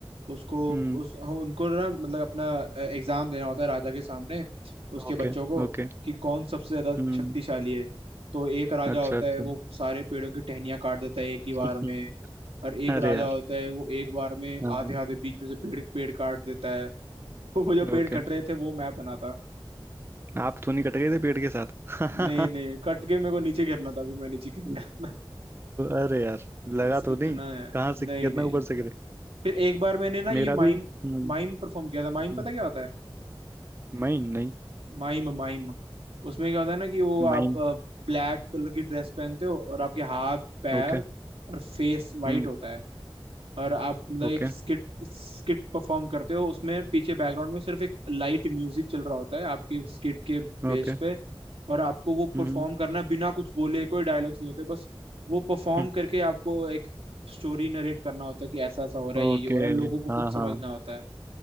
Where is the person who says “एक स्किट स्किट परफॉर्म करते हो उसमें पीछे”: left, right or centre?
Right